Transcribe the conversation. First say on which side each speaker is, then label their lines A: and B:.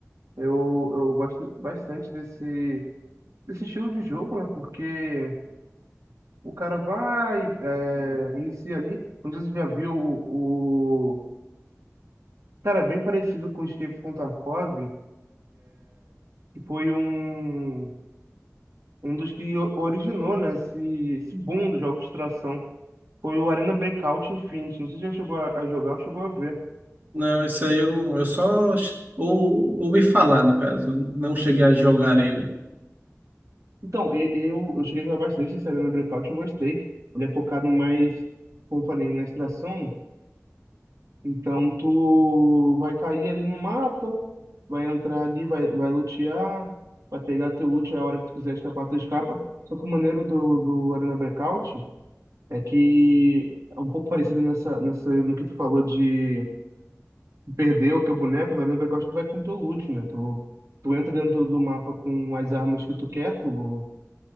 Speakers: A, on the right; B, on the right.
A: Eu, eu gosto bastante desse, desse estilo de jogo, né? Porque o cara vai, é, inicia ali. Não sei se você já viu o. o... Cara, é bem parecido com o Escape from Tarkov que foi um, Um dos que o- originou, né, esse, esse boom do jogo de extração foi o Arena Breakout Infinity. Não sei se já chegou a, a jogar ou chegou a ver.
B: Não, isso aí eu não. Eu só ou- ouvi falar, no caso. Não cheguei a jogar ele.
A: Então, e- eu, eu cheguei a jogar bastante esse Arena Breakout, eu gostei. Ele é focado mais, como eu falei, na extração. Então, tu vai cair ali no mapa, vai entrar ali, vai, vai lutear, vai pegar teu loot a hora que tu quiser escapar, tu escapa. Só que o maneiro do, do Arena Breakout é que é um pouco parecido nessa, nessa, no que tu falou de perder o teu boneco, na linha do blackout, tu vai com o teu loot, né? Tu, tu entra dentro do mapa com as armas que tu quer, tu